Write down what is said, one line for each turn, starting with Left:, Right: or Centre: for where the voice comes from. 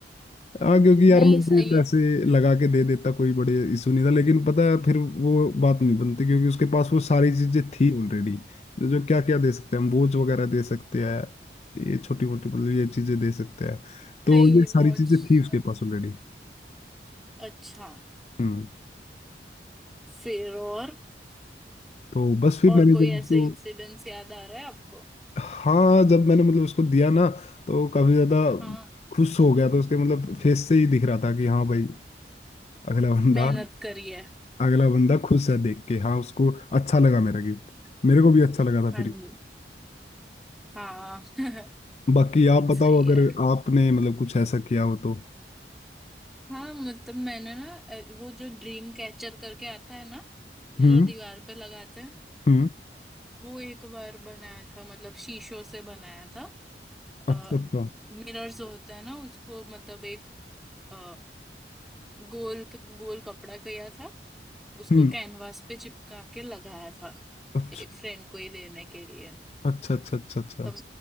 Left: हाँ क्योंकि यार
Centre: नहीं
Left: मैं
Centre: सही
Left: भी पैसे
Centre: है
Left: लगा के दे देता कोई बड़े इशू नहीं था लेकिन पता है फिर वो बात नहीं बनती क्योंकि उसके पास वो सारी चीजें थी ऑलरेडी जो जो क्या क्या दे सकते हैं हम बोझ वगैरह दे सकते हैं ये छोटी मोटी मतलब ये चीजें दे सकते हैं तो
Centre: भाई
Left: ये सारी
Centre: वॉच
Left: चीजें
Centre: संग।
Left: थी उसके पास ऑलरेडी
Centre: अच्छा
Left: हम्म
Centre: फिर और
Left: तो बस फिर
Centre: और
Left: मैंने
Centre: कोई
Left: जब
Centre: ऐसे
Left: उसको
Centre: इंसिडेंट्स याद आ रहा है आपको
Left: हाँ जब मैंने मतलब उसको दिया ना तो काफी ज्यादा
Centre: हाँ
Left: खुश हो गया था उसके मतलब फेस से ही दिख रहा था कि हाँ भाई अगला बंदा
Centre: मेहनत करी है
Left: अगला बंदा खुश है देख के हाँ उसको अच्छा लगा मेरा गिफ्ट मेरे को भी अच्छा लगा था
Centre: हाँ
Left: फिर
Centre: जी हाँ <laughs>
Left: बाकी
Centre: बहुत
Left: आप बताओ
Centre: सही
Left: अगर
Centre: है
Left: आपने मतलब कुछ ऐसा किया हो तो
Centre: हाँ मतलब मैंने ना अ, वो जो ड्रीम कैचर करके आता है ना जो
Left: हम्म
Centre: दीवार पे लगाते हैं
Left: हम्म
Centre: वो एक बार बनाया था मतलब शीशों से बनाया था
Left: अच्छा
Centre: आ,
Left: अच्छा
Centre: मिरर्स होता है ना उसको मतलब एक अ, गोल गोल कपड़ा किया था उसको
Left: हम्म
Centre: कैनवास पे चिपका के लगाया था
Left: अच्छा
Centre: एक फ्रेंड को ही देने के लिए
Left: अच्छा अच्छा अच्छा अच्छा
Centre: हम